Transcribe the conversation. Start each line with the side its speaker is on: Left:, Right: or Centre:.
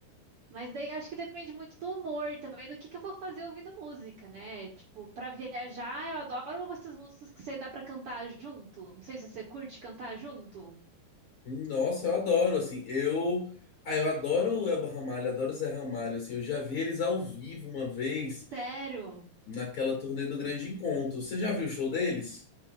Right: Mas daí eu acho que depende muito do humor também, do que que eu vou fazer ouvindo música, né? Tipo, pra viajar, eu adoro essas músicas que você dá pra cantar junto. Não sei se você curte cantar junto.
Left: Nossa, eu adoro, assim, eu... Ah, eu adoro o Elba Ramalho, adoro o Zé Ramalho, assim, eu já vi eles ao vivo uma vez
Right: Sério?
Left: naquela turnê do Grande Encontro. Você já viu o show deles?